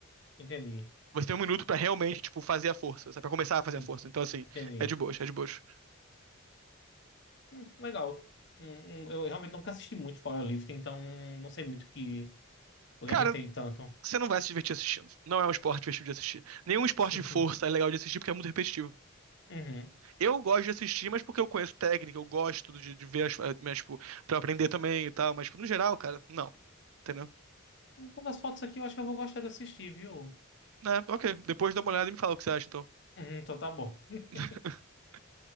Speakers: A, on the left; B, on the right.
A: entendi.
B: Você tem um minuto pra realmente, tipo, fazer a força, sabe? Pra começar a fazer
A: En-
B: a força. Então, assim,
A: Entendi.
B: é de boas, é de boas.
A: Hum, legal. Hum, hum, eu realmente nunca assisti muito powerlifting, então não sei muito o que, o que
B: Cara,
A: é que tem tanto.
B: Você não vai se divertir assistindo. Não é um esporte divertido de assistir. Nenhum esporte
A: <laughs>
B: de força é legal de assistir porque é muito repetitivo.
A: Uhum.
B: Eu gosto de assistir, mas porque eu conheço técnica, eu gosto de, de ver as, eh, mas, tipo, pra aprender também e tal. Mas, tipo, no geral, cara, não. Entendeu?
A: Então, as fotos aqui eu acho que eu vou gostar de assistir, viu?
B: É, ok. Depois dá uma olhada e me fala o que você acha, então.
A: Uhum, então tá bom. <laughs>
B: <laughs>